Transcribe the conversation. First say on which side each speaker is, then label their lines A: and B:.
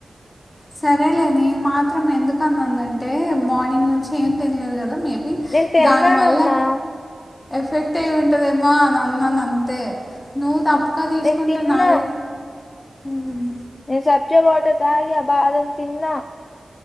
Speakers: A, on the left; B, on the left.
A: సరేలే నేను మాత్రం ఎందుకన్నానంటే మార్నింగ్ నుంచి ఏం తినలేదు కదా మీర్
B: నేను తిన్నానమ్మా
A: దానివల్ల ఎఫెక్ట్ అయింటదేమో అని అన్నాను అంతే నువ్వు తప్పుగా తీసుకుంటే
B: నేను తిన్నా
A: నాదే మ్
B: ఏ సబ్చ వాటర్ తాగా బాదం తిన్న